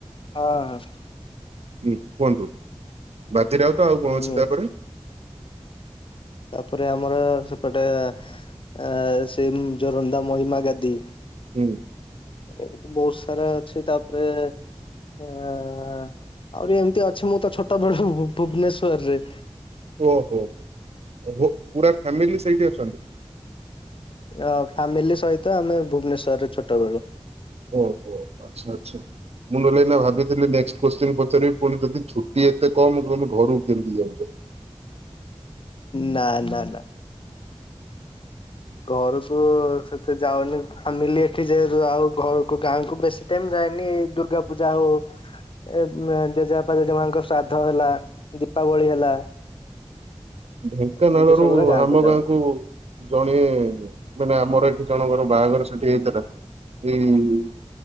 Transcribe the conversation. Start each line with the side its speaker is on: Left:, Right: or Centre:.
Left: ହଁ ହ
Right: ହୁଁ କୁହନ୍ତୁ ବାଜିରାଉତ ଆଉ କଣ
Left: ଉଁ
Right: ଅଛି ତାପରେ
Left: ତାପରେ ଆମର ସେପଟେ ଆ ସେ ଜୋରନ୍ଧା ମହିମା ଗାଧି <unintelligible>
Right: ହୁଁ।
Left: ଏମିତି ବହୁତ ସାରା ଅଛି। ତାପରେ- ହ ଆହୁରି ଏମିତି ଅଛି। ମୁଁ ତ ଛୋଟ ବେଳୁ ଭୁବନେଶ୍ଵର ରେ।
Right: ଓହୋ ହୋ ପୁରା ଫ୍ୟାମିଲି ସେଇଠି ଅଛନ୍ତି।
Left: ହଁ ଫ୍ୟାମିଲି ସହିତ ଆମେ ଭୁବନେଶ୍ୱରରେ ଛୋଟ ବବେଳୁ।
Right: ଓହୋ ଆଚ୍ଛା ଆଚ୍ଛା! ମୁଁ ନହଲେ ଏନା ଭାବିଥିଲି ନେକସ୍ଟ କୋସଚୀନ ପଚାରିବି। ପୁଣି ଯଦି ଛୁଟି ଏତେ କମ ତମେ ଘରକୁ କେମିତି ଯାଉଛ?
Left: ନା ନା ନା ଘରକୁ ସେତେ ଯାଉନି। ଫ୍ୟାମିଲି ଏଠି ଯୁ ଆଉ ଘରକୁ ଗାଁ କ୍ନୁ ବେଶୀ। ତମ ଯାଏନି ଦୁର୍ଗା ପୂଜା ହଉ <unintelligible> ଏ ଜେଜେପା ଜେଜେମାନଙ୍କର ଶ୍ରାଦ୍ଧ ହେଲା। ଦୀପାବଳି ହେଲା।
Right: ଢେଙ୍କାନାଳରୁ
Left: ଏମିତି ସବୁରେ ଗାଁକୁ
Right: ଆମ
Left: ଯାଉ
Right: ଗାଁ କୁ - ଜଣେ ମାନେ ଆମର ଏଠି ଜଣଙ୍କର ବାହାଘର ସେଠି ହେଇଥିଲା ଏଇ-